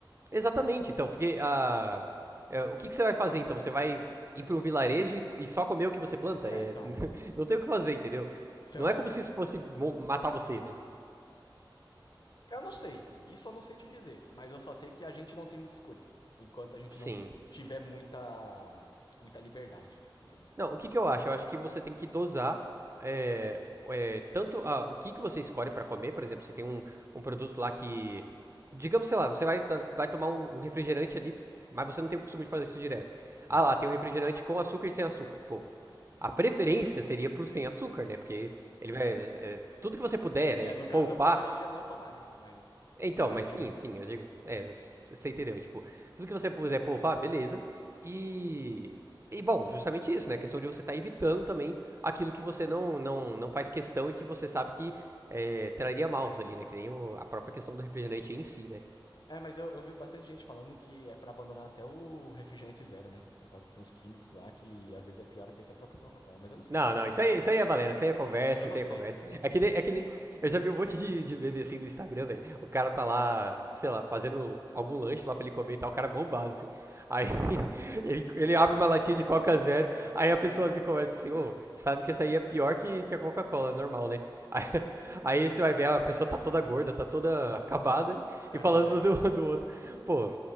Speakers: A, on the right; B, on the left.
A: Exatamente, então, porque ah, é, o que que você vai fazer então? Você vai ir para um vilarejo e- e só comer o que você planta?
B: É,
A: É,
B: então.
A: <laughs> não tem o que fazer, entendeu?
B: Você
A: Não
B: vai.
A: é como se isso fosse
B: é.
A: mo- matar você, né?
B: Eu não sei. Isso eu não sei te dizer, mas eu só sei que a gente não tem muita escolha. Enquanto a gente
A: Sim.
B: não tiver muita. muita liberdade, entendeu?
A: Não, o que que eu acho? Eu acho que você tem que dosar é, é, tanto ah, o que que você escolhe pra comer, por exemplo, você tem um, um produto lá que, digamos, sei lá, você vai, to- vai tomar um, um refrigerante ali, mas você não tem o costume de fazer isso direto.
B: Hum.
A: Ah lá, tem um refrigerante com açúcar e sem açúcar. Pô, a preferência seria pro sem açúcar, né? Porque ele vai, é, tudo que você puder,
B: É,
A: né,
B: no caso
A: poupar,
B: eu preferiria não tomar, né? Mas
A: então,
B: tudo bem,
A: mas
B: eu entendi.
A: sim, sim, eu digo. É, s- você entendeu? Tipo, tudo que você puder poupar, beleza. E. E bom, justamente isso, né? A questão de você estar evitando também aquilo que você não, não, não faz questão e que você sabe que é, traria maus ali, né? Que nem o- a própria questão do refrigerante em si, né?
B: É, mas eu, eu vi bastante gente falando que é pra abandonar até o refrigerante zero, né? Por causa que tem uns químicos lá que às vezes é pior até que a própria Coca-Cola. Mas eu não sei,
A: Não,
B: isso
A: não,
B: eu
A: isso
B: não sei.
A: aí, isso aí é valendo. isso aí é conversa,
B: Eu
A: isso
B: não
A: aí
B: sei,
A: é conversa.
B: isso eu não sei.
A: É que nem, é que nem, eu já vi um monte de, de meme assim do Instagram, velho. O cara tá lá, sei lá, fazendo algum lanche lá pra ele comer e tal, o cara é bombado, assim. Aí <laughs> ele, ele abre uma latinha de Coca Zero, aí a pessoa se conversa assim, ô, sabe que essa aí é pior que, que a Coca-Cola, normal, né? <laughs> Aí, aí você vai ver, a pessoa tá toda gorda, tá toda acabada, né?
B: É,
A: e falando
B: pois é.
A: do, do outro. Pô,